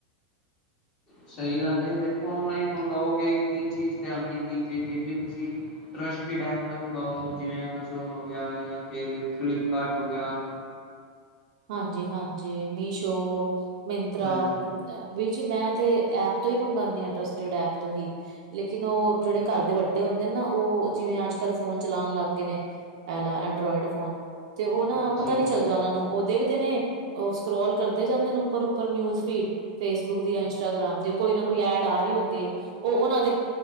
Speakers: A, on the left; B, on the right.
A: ਸਹੀ ਗੱਲ ਏ, ਦੇਖੋ ਓਨਲਾਈਨ ਮੰਗਾਓਗੇ ਕੀ ਚੀਜ਼ ਤੇ ਆਂਦੀ, ਕੀ ਚੀਜ ਤੁਸੀਂ ਟਰਸਟਡ ਐਪ ਤੋਂ ਮੰਗਵਾਓ, ਜਿਵੇਂ ਐਮਾਜ਼ੋਨ ਹੋ ਗਿਆ, ਫਿਰ ਫਲਿਪਕਾਰਟ ਹੋ ਗਿਆ।
B: ਹਾਂਜੀ, ਹਾਂਜੀ। ਮੀਸ਼ੋ, ਮਿੰਤਰਾ
A: ਹਾਂਜੀ
B: ਵੀਰ ਜੀ ਮੈਂ ਤੇ ਐਪ ਤੋਂ ਹੀ ਮੰਗਾਨੀ ਆ, ਟਰਸਟਡ ਐਪ ਤੋਂ ਹੀ। ਲੇਕਿਨ ਉਹ ਜਿਹੜੇ ਘਰ ਦੇ ਵੱਡੇ ਹੁੰਦੇ ਨਾ, ਉਹ ਜਿਵੇਂ ਅੱਜ -ਕੱਲ ਫੋਨ ਚਲਾਣ ਲੱਗ ਗਏ ਨੇ। ਐਲਾ ਐਂਡਰਇਡ ਫੋਨ ਤੇ ਉਹ ਨਾ
A: ਹਾਂਜੀ
B: ਪਤਾ ਨੀ ਚੱਲਦਾ ਉਹਨਾਂ ਨੂੰ ਦੇਖਦੇ ਨੇ, ਉਹ ਸਕਰੋਲ ਕਰਦੇ ਜਾਂਦੇ ਨੇ ਉੱਪਰ -ਉੱਪਰ ਨਿਊਜ਼ ਫੀਡ। ਫੇਸਬੁੱਕ ਦੀ ਜਾਂ ਇੰਸਟਾਗ੍ਰਾਮ ਦੀ ਕੋਈ ਨਾ ਕੋਈ ਐਡ ਆ ਰਹੀ ਹੁੰਦੀ ਏ, ਉਹ ਉਹਨਾਂ ਦੇ